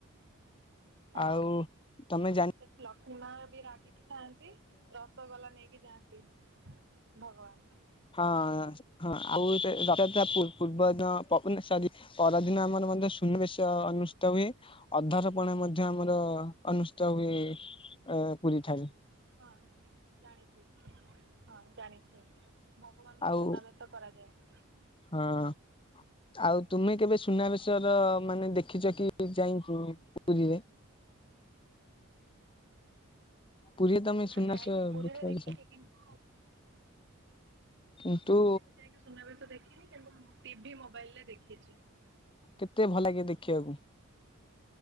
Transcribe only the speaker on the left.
ଆଉ ତମେ ଜାଣ
ହଁ ହଁ ହଁ ଆଉ ଗୋଟେ ରଥଯାତ୍ରା ପୂ ପୂର୍ବଦିନ <unintelligible> ସରି ପରଦିନ ଆମର ମଧ୍ୟ ସୁନିବେଶ ଅନୁଷ୍ଠିତ ହୁଏ ଅଧାର ପଣା ମଧ୍ୟ ଆମର ଅନୁଷ୍ଠିତ ହୁଏ
ଅ ପୁରୀ ଠାରେ।
ଆଉ
ହଁ। ଆଉ ତୁମେ କେବେ ସୁନାବେଶର ମାନେ ଦେଖିଛ କି ଯାଇକି ପୁରୀରେ? ପୁରୀ ତମେ
ସୁନାସ
ଦେଖିବାଛ
କିନ୍ତୁ
କେତେ ଭଲ ଲାଗେ ଦେଖିବାକୁ?